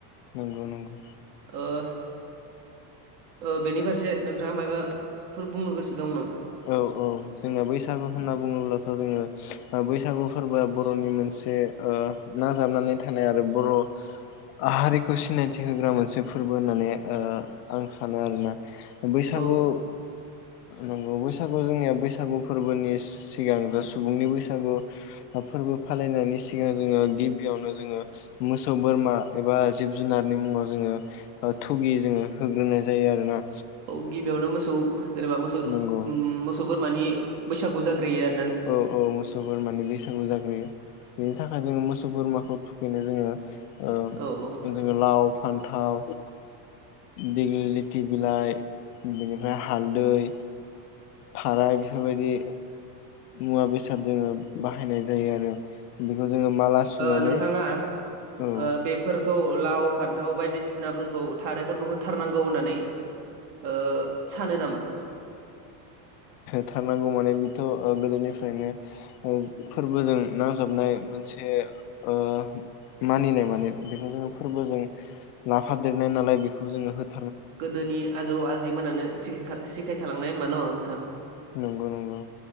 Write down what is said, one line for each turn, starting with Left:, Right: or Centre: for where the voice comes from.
Left: नंगौ नंगौ
Right: ओ ओ बेनि फारसे नोंथाङा माबाफोर बुंनो गोसो दं नामा?
Left: औ औ जोंना बैसागु होनना
Right: औ
Left: बुङोब्लाथ' जोङो बैसागु फोरबोआ बर'नि मोनसे ओ नाजाबनानै थानाय आरो बर' हारिखौ सिनायथि होग्रा मोनसे फोरबो होननानै ओ आं सानो आरोना बैसागु
Right: औ
Left: नोंगौ बैसागु जोंनिया बैसागु फोरबोनि सिगां जा सुबुंनि बैसागु फोरबो फालिनायनि सिगां जोङो गिबियावनो जोङो मोसौ बोरमा एबा जिब जुनारनि मुङा जों ङो थुगि जोङो होग्रोनाय जायो आरोना
Right: औ गिबियावनो मोसौ जेनेबा मोसौ
Left: नंगौ
Right: ओ मोसौ बोरमानि बैसागु जाग्रोयो आर
Left: औ औ मोसौ बोरमानि बैसागु जाग्रोयो बेनि थाखाय जोङो मोसौ बोरमा खौ थुखैनो जोङो ओ
Right: औ औ
Left: जोङो लाव फान्थाव देगलि लेथि बिलाइ बेनिफ्राय हालदै थाराइ बेफोरबायदि मुवा बेसाद जोङो बाहायनाय जायो आरो बेखौ जोङो माला सुनानै
Right: ओ नोंथाङा
Left: औ
Right: ओ बेफोर खौ लाव फान्थाव बायदिसिनाफोरखौ थारायफोरखौ होथारनांगौ होननानै। ओ सानो नामा?
Left: थारनांगौ माने बेथ' गोदोनिफ्रायनो फोरबोजों नांजाबनाय। मोनसे ओ मानिनाय माने बेखौ जोंङो फोरबो जों लाफादेरनाय नालाय बेखौ जोङो हो
Right: गोदोनि आजौ आजैमोनानो सिखाय सिखायखालांनाय हमबा न'। नोंथां
Left: नंगौ नंगौ